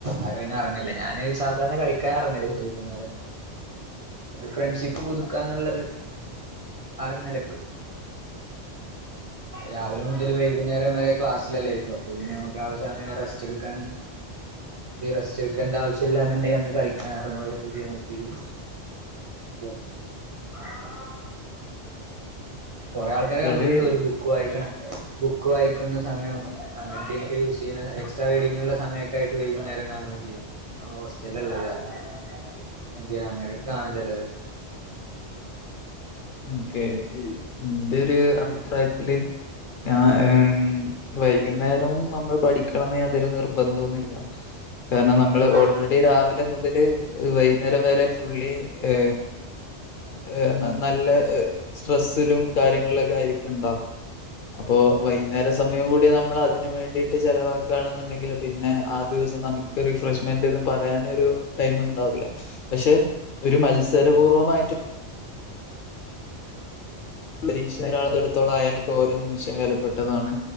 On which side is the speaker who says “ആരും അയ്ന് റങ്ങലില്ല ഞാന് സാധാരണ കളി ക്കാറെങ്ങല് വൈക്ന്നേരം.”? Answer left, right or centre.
Right